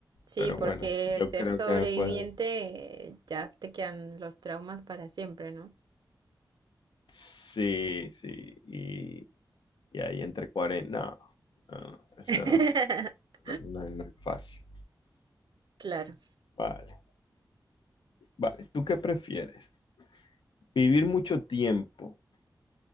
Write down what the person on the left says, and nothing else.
Pero
bueno, yo
creo
que me puedo.
Sí, sí. Y, y ahí entre 40. No, no, no, eso
No, no- no es fácil.
Vale, vale. ¿Tú qué prefieres? ¿Vivir mucho tiempo